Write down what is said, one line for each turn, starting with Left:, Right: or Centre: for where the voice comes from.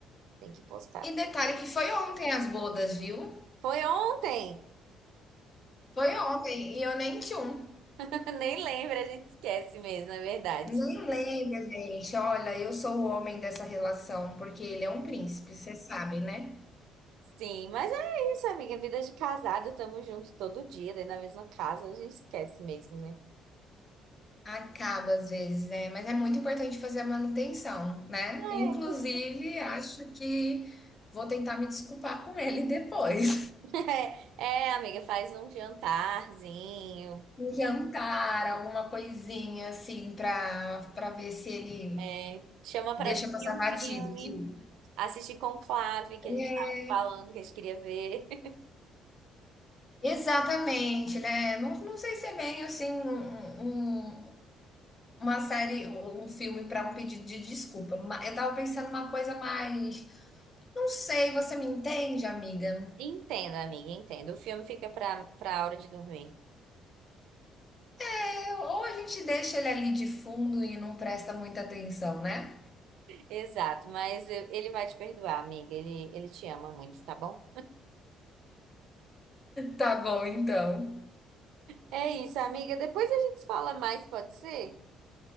Right: Tem que postar.
Left: E detalhe que foi ontem as bodas, viu?
Right: Foi ontem!
Left: Foi ontem, e eu nem tinha um.
Right: <laughs> Nem lembro, a gente esquece mesmo, na verdade.
Left: Nem lembra, gente. Olha, eu sou o homem dessa relação, porque ele é um príncipe, você sabe, né?
Right: Sim, mas é isso, amiga. Vida de casado, tamo junto todo dia, dentro da mesma casa, a gente esquece mesmo, né?
Left: Acaba às vezes, né? Mas é muito importante fazer a manutenção, né?
Right: É,
Left: Inclusive,
Right: com-
Left: acho que vou tentar me desculpar com ele depois. <laughs>
Right: <laughs> é, amiga, faz um jantarzinho,
Left: Um jantar, alguma coisinha assim, pra, pra ver se ele
Right: é, chama pra
Left: deixa
Right: assistir
Left: passar
Right: um
Left: batido.
Right: filme,
Left: que-
Right: assistir Conclave, que
Left: É,
Right: a gente tava falando, que a gente queria ver. <laughs>
Left: Exatamente, né? Não, não sei se é bem assim um, um- um uma série ou um filme para um pedido de desculpa. Eu tava pensando uma coisa mais. Não sei, você me entende, amiga?
Right: Entendo, amiga, entendo. O filme fica pra, pra hora de dormir.
Left: É, ou a gente deixa ele ali de fundo e não presta muita atenção, né?
Right: Exato, mas eu- ele vai te perdoar, amiga. Ele, ele te ama muito, tá bom?
Left: Tá bom, então.
Right: É isso, amiga. Depois a gente fala mais, pode ser?